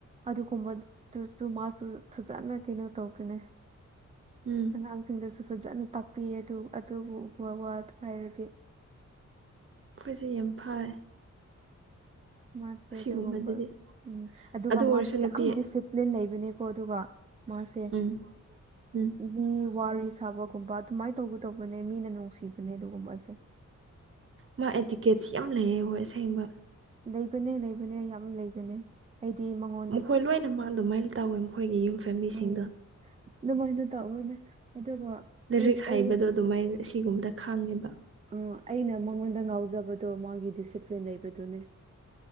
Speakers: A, on the right (about 25°); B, on the right (about 45°).
A: ꯑꯗꯨꯒꯨꯝꯕꯗꯨꯁꯨ ꯃꯥꯁꯨ ꯐꯖꯅ ꯀꯩꯅꯣ ꯇꯧꯄꯅꯦ
B: ꯎꯝ
A: ꯑꯉꯥꯡꯁꯤꯡꯗꯁꯨ ꯐꯖꯅ ꯇꯥꯛꯄꯤꯌꯦ ꯑꯗꯨ ꯑꯗꯨꯕꯨ ꯋꯥ ꯋꯥꯗꯨ ꯍꯥꯏꯔꯗꯤ
B: ꯑꯩꯈꯣꯏꯁꯦ ꯌꯥꯝ ꯐꯥꯏ
A: ꯃꯥꯁꯦꯇ
B: ꯑꯁꯤꯒꯨꯝꯕꯗꯗꯤ
A: ꯀꯨꯝꯕ ꯎꯝ ꯑꯗꯨꯒ
B: ꯑꯗꯨ ꯑꯣꯏꯔꯁꯨ
A: ꯃꯥꯁꯦ
B: ꯅꯨꯄꯤ
A: ꯌꯥꯝ ꯗꯤꯁꯤꯄ꯭ꯂꯤꯟ ꯂꯩꯕꯅꯦꯀꯣ ꯑꯗꯨꯒ ꯃꯥꯁꯦ꯫
B: ꯎꯝ ꯎꯝ
A: ꯃꯤ ꯋꯥꯔꯤ ꯁꯥꯕꯒꯨꯝꯕ ꯑꯗꯨꯃꯥꯏꯅ ꯇꯧꯒꯗꯧꯕꯅꯦ ꯃꯤꯅ ꯅꯨꯡꯁꯤꯕꯅꯦ ꯑꯗꯨꯒꯨꯝꯕꯁꯦ
B: ꯃꯥ ꯑꯦꯇꯤꯀꯦꯠꯁ ꯌꯥꯝ ꯂꯩꯌꯦ ꯍꯣꯏ ꯑꯁꯦꯡꯕ
A: ꯂꯩꯕꯅꯦ ꯂꯩꯕꯅꯦ ꯌꯥꯝ ꯂꯩꯕꯅꯦ ꯑꯩꯗꯤ ꯃꯉꯣꯟ
B: ꯃꯈꯣꯏ ꯂꯣꯏꯅꯃꯛ ꯑꯗꯨꯃꯥꯏꯅ ꯇꯧꯋꯦ ꯃꯈꯣꯏꯒꯤ ꯌꯨꯝ ꯐꯦꯝꯂꯤꯁꯤꯡꯗꯣ
A: ꯎꯝ ꯑꯗꯨꯃꯥꯏꯅ ꯇꯧꯕꯅꯦ ꯑꯗꯨꯒ
B: ꯂꯥꯏꯔꯤꯛ
A: ꯑꯩ
B: ꯍꯩꯕꯗꯣ
A: ꯑꯩ
B: ꯑꯗꯨꯃꯥꯏꯅ ꯁꯤꯒꯨꯝꯕꯗ ꯈꯪꯉꯦꯕ
A: ꯑ ꯑꯩꯅ ꯃꯉꯣꯟꯗ ꯉꯥꯎꯖꯕꯗꯣ ꯃꯥꯒꯤ ꯗꯤꯁꯤꯄ꯭ꯂꯤꯟ ꯂꯩꯕꯗꯨꯅꯦ